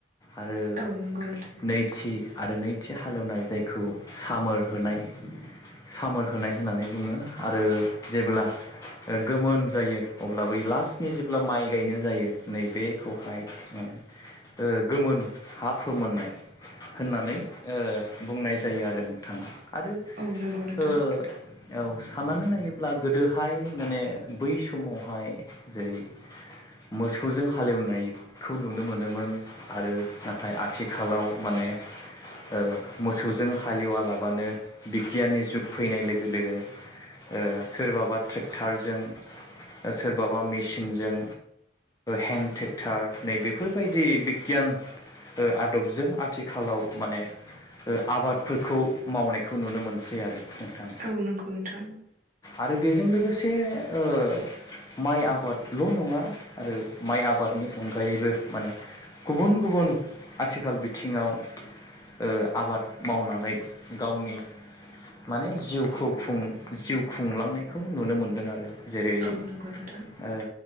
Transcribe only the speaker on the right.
औ नंगौ नोंथां
औ नंगौ नोंथां
औ नंगौ नोंथां
औ नंगौ नोंथां